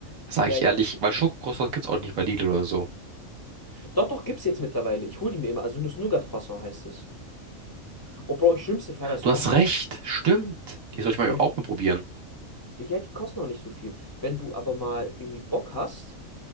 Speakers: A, on the right; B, on the left.
A: Sage
B: Ja,
A: ich
B: ich
A: ehrlich,
B: kann.
A: weil Schokocroissants gibt's auch nicht bei Lidl oder so.
B: Doch, doch, gibt's jetzt mittlerweile. Ich hole die mir immer. Also Nuss-Nougat-Croissant heißt es. Und Bro, schlimmste Fall, was
A: Du
B: du machen
A: hast
B: kannst,
A: recht, stimmt. Die soll ich mal
B: wenn
A: auch
B: du,
A: mal probieren.
B: ja, die kosten auch nicht so viel. Wenn du aber mal irgendwie Bock hast,